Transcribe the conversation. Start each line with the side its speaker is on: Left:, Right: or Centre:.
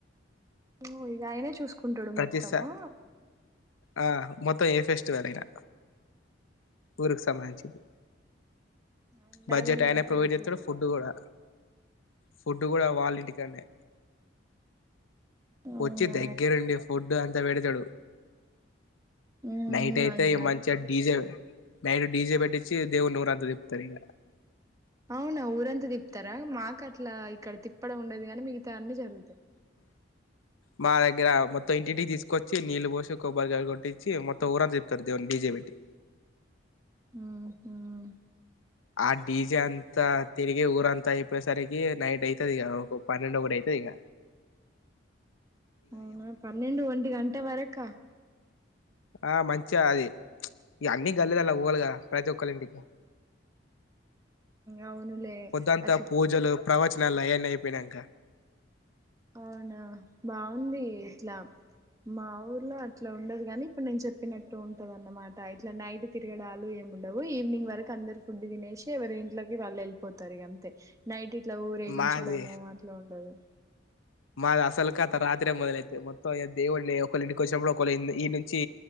Right: ఓ వీలా ఆయినే చూస్ కుంటడు
Left: ప్రతిసా
Right: మొత్తము
Left: ఆ మొత్తం ఏ ఫెస్టివల్ అయినా ఊరుకి సంబంధించింది
Right: ఉండాలి
Left: బడ్జెట్
Right: లే
Left: ఆయన
Right: ఒకరట్లా
Left: ప్రొవైడ్ చేస్తాడు ఫుడ్ కూడా ఫుడ్ కూడా వాళ్ళ ఇంటికాన్నే.
Right: అవునా
Left: వచ్చి దగ్గెరుండు ఫుడ్ అంత వెడుతడు
Right: ఉమ్
Left: నైట్
Right: మన్
Left: అయితే
Right: మన్
Left: మంచిగా డీజే నైట్ డిజే పెట్టిచ్చి దేవు నూరా అంత తిప్తారుక
Right: అవునా ఊరంత దప్తారా మా క ఇట్లా ఇక్కడ తిప్పడం ఉండదు గాని మిగతా అన్నీ జరుగుతాయి
Left: మా దగ్గర మొత్తం ఇంటింటికి తీసుకొచ్చి నీళ్ళు పోసి కొబ్బరికాయ కొట్టిచ్చి మొత్తం ఊరంతా తిప్పుతారు దేవున్ని డీ జె పెట్టీ.
Right: మ్మ్ హ్మ్
Left: ఆ డీజె అంతా తిరిగి ఊరు అంతా ఇ తిప్పసరికి నైట్ అయితది ఇక ఒక పన్నెండు ఒకటి అయితది ఇక
Right: అవునా పన్నెండు ఒంటి గంట వరకా
Left: ఆ మంచిగా అది ఇగ అన్నీ గలీలలా పోవాలి కదా ప్రతి ఒక్కరి ఇంటికి
Right: అవునులే
Left: పొద్దంతా
Right: అట్ల
Left: పూజలు ప్రవచనాలు అవి అన్ని అయిపోయినాక
Right: అవునా బాగుంది ఇట్లా మా ఊర్లో అట్లా ఉండదు కాని ఇప్పుడు నేను చెప్పినట్టు ఉంటద అన్నమాట ఇట్లా నైట్ తిరగడాలు ఏమిండవు ఈవినింగ్ వరకు అందరు ఫుడ్ తినేసి ఎవరి ఇంట్లోకి వాళ్ళు వెళ్ళిపోతారు అంతే నైట్ అట్లా ఊరేగించడము
Left: మాది
Right: అట్లా ఉండదు
Left: మాది అసలు కత రాత్రే మొదలైతది మొత్తం దేవుడిని ఒకళ ఇంటికి వచ్చినప్పుడు ఒక ఈడి నుంచి